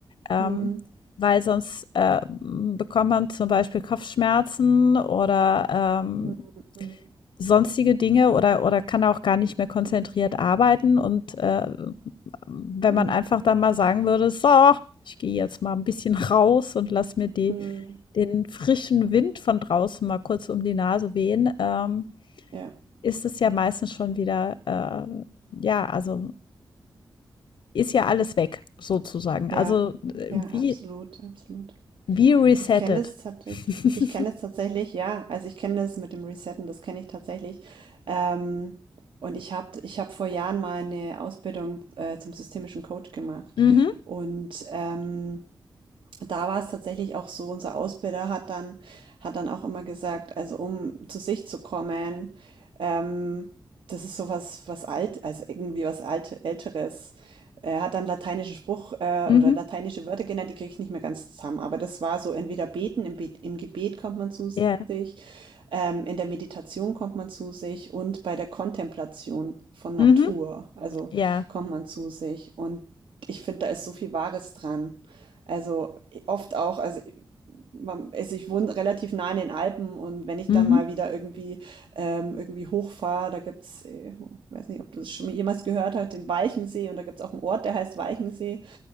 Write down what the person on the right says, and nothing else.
Mhm.
Mhm. Mhm.
Mhm.
Mhm.
Ja,
ja,
ja,
absolut, absolut.
Ich kenne das tatsächlich.
Ich kenne das tatsächlich, ja. Also ich kenne das mit dem Resetten, das kenne ich tatsächlich. Ähm, und ich habe ich hab vor Jahren mal eine Ausbildung äh, zum systemischen Coach gemacht.
Und ähm, da war es tatsächlich auch so, unser Ausbilder hat dann hat dann auch immer gesagt, also um zu sich zu kommen, ähm, das ist so was was alt, also irgendwie was alt, Älteres. Er hat dann lateinische Spruch äh,
oder lateinische Wörter genannt, die kriege ich nicht mehr ganz zusammen, aber das war so entweder beten, im, Be im Gebet kommt man zu
sich, ähm, in der Meditation kommt man zu sich und bei der Kontemplation von Natur,
also
kommt man zu sich. Und ich finde, da ist so viel Wahres dran also oft auch, also man, also ich wohne relativ nah in den Alpen und wenn ich
dann mal wieder irgendwie ähm, irgendwie hochfahre, da gibt's, äh, weiß nicht, ob du es schon mal jemals gehört hast, den Walchensee und da gibt's auch einen Ort, der heißt Walchensee.